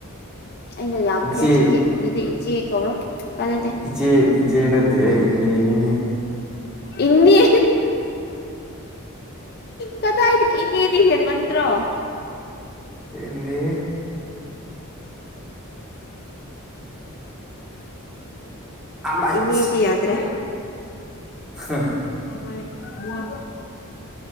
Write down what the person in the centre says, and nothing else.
ꯏꯆꯦ
ꯏꯆꯦ ꯏꯆꯦ ꯅꯠꯇꯦ ꯏꯟꯅꯅꯦ
ꯌꯦꯗꯤ ꯑꯃꯁ
ꯍꯝ